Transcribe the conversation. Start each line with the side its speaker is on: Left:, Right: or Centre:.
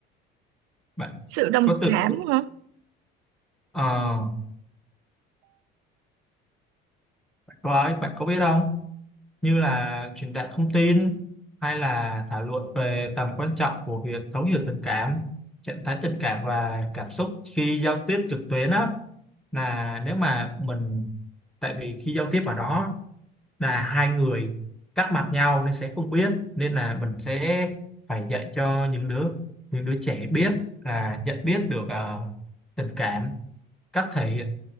Centre: bạn
Right: Sự đồng
Centre: có tự
Right: cảm
Centre: có-
Right: hả?
Centre: ờ, bạn có ấy bạn có biết không như là truyền đạt thông tin hay là thảo luận về tầm quan trọng của việc thấu hiểu tình cảm trạng thái tình cảm và cảm xúc khi giao tiếp trực tuyến á là nếu mà mình tại vì khi giao tiếp ở đó là hai người cắt mặt nhau nên sẽ không biết nên là mình sẽ phải dạy cho những đứa những đứa trẻ biết là nhận biết được ờ, tình cảm cách thể hiện